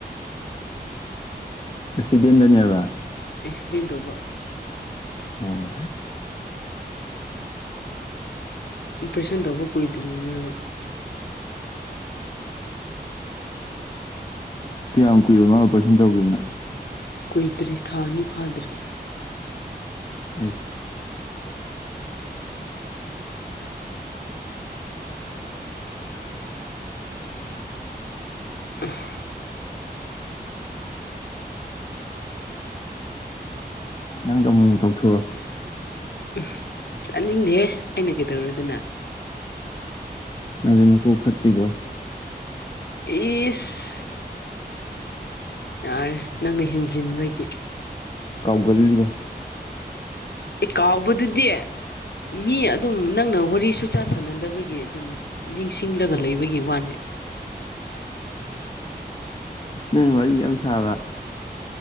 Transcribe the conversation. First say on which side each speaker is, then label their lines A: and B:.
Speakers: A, on the left; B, on the left.
A: ꯑꯦꯛꯁꯤꯗꯦꯟꯗꯅꯤꯕ
B: ꯑꯦꯛꯁꯤꯗꯦꯟ ꯇꯧꯕ
A: ꯑꯣ
B: ꯑꯣꯄꯔꯦꯁꯟ ꯇꯧꯕ ꯀꯨꯏꯗ꯭ꯔꯤꯕꯅꯦꯕ
A: ꯀꯌꯥꯝ ꯀꯨꯏꯔꯥꯕ ꯃꯥ ꯑꯣꯄꯔꯦꯁꯟ ꯇꯧꯈꯤꯕꯅ
B: ꯀꯨꯏꯗ꯭ꯔꯤ ꯊꯥ ꯑꯅꯤ ꯐꯥꯗ꯭ꯔꯤ
A: ꯑꯩꯁ
B: ꯎꯝ
A: ꯅꯪꯁꯨ ꯑꯃꯨꯛ ꯑꯃꯨꯛ ꯇꯧꯊꯣꯛꯑꯣ
B: ꯎꯝ ꯇꯥꯅꯤꯡꯗꯦꯍꯦ ꯑꯩꯅ ꯀꯩꯗꯧꯔꯗꯅ
A: ꯅꯅ ꯈꯨ ꯐꯠꯇꯔꯤꯗꯣ
B: ꯏꯁ ꯌꯥꯔꯦ ꯅꯪꯅ ꯍꯦꯟꯖꯤꯟꯕꯒꯤ
A: ꯀꯥꯎꯒꯜꯂꯤꯗꯣ
B: ꯑꯦ ꯀꯥꯎꯕꯗꯨꯗꯤ ꯃꯤ ꯑꯗꯨꯝ ꯅꯪꯅ ꯋꯥꯔꯤ ꯁꯨꯆꯥ ꯁꯥꯟꯅꯗꯕꯒꯤ ꯑꯗꯨꯝ ꯅꯤꯡꯁꯤꯡꯂꯒ ꯂꯩꯕꯒꯤ ꯋꯥꯅꯦ
A: ꯅꯪ ꯋꯥꯔꯤ ꯌꯥꯝ ꯁꯥꯕ